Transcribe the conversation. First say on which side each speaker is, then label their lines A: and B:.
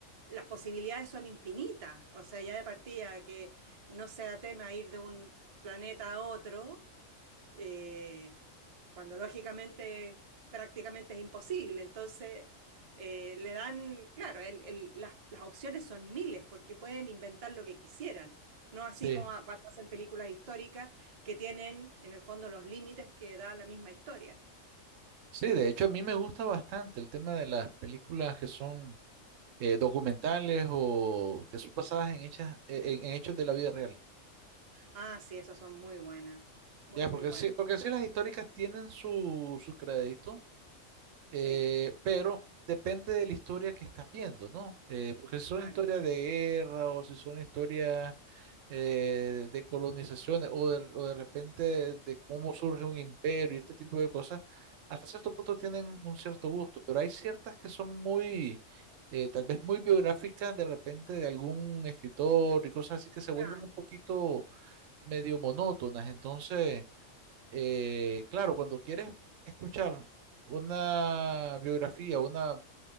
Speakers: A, on the right (about 45°); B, on the right (about 75°).
A: las posibilidades son infinitas, o sea, ya de partida que no sea tema ir de un planeta a otro, eh, cuando lógicamente prácticamente es imposible. Entonces, eh, le dan, claro, el- el- las, las opciones son miles porque pueden inventar lo que quisieran. No así
B: sí,
A: como a- cuando hacen películas históricas que tienen en el fondo los límites que da la misma historia.
B: sí, de hecho a mí me gusta bastante el tema de las películas que son eh, documentales o que son basadas en, hechas, e, en, en hechos de la vida real.
A: Ah, sí, esas son muy buenas, muy,
B: Ya,
A: muy
B: porque
A: buenas.
B: sí, porque sí las históricas tienen su, su crédito, Eh,
A: Sí,
B: pero depende de la historia que estás viendo, ¿no? Eh, porque si son
A: claro,
B: historias de guerra o si son historias eh, de colonizaciones o de, o de repente de, de cómo surge un imperio y este tipo de cosas, hasta cierto punto tienen un cierto gusto, pero hay ciertas que son muy, eh, tal vez muy biográficas de repente de algún escritor y cosas así que se vuelven
A: claro,
B: un poquito medio monótonas, entonces eh, claro, cuando quieres escuchar una biografía, una,